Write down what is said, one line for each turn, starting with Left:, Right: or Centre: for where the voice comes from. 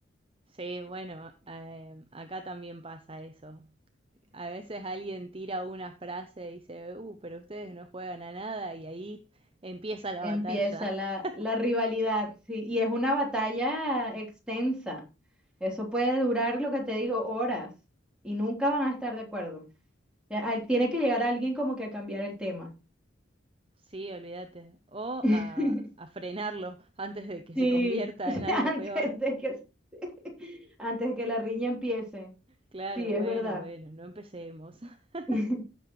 Right: Sí, bueno, em, acá también pasa eso. A veces alguien tira una frase y dice, uh, pero ustedes no juegan a nada y ahí empieza la
Centre: Empieza
Right: batalla.
Centre: la,
Right: <laughs>
Centre: la rivalidad, sí, y es una batalla extensa. Eso puede durar, lo que te digo, horas y nunca van a estar de acuerdo. Ya, al- tiene que llegar alguien como que a cambiar el tema.
Right: Sí, olvídate. O
Centre: <laughs>
Right: a, a frenarlo antes de que
Centre: Sí,
Right: se convierta
Centre: <laughs>
Right: en algo
Centre: antes
Right: peor.
Centre: de que, <laughs> antes de que la riña empiece.
Right: Claro,
Centre: Sí, es
Right: bueno,
Centre: verdad.
Right: bueno, no empecemos. <laughs>
Centre: <laughs>